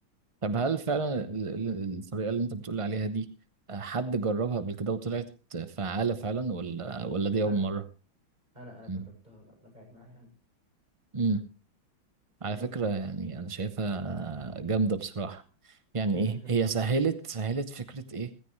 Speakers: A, on the right (about 45°); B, on the right (about 20°).
A: طب هل فعلا ال- ال- الطريقة اللي انت بتقول عليها دي آه، حد جربها قبل كده وطلعت فعالة فعلا ولا ولا دي أول
B: انا
A: مرة؟
B: انا انا جربتها
A: مم.
B: انا نفعت معايا انا
A: مم.
B: فاهم
A: على فكرة يعني أنا شايفها جامدة بصراحة يعني
B: <laughs>
A: إيه هي سهلت سهلت فكرة إيه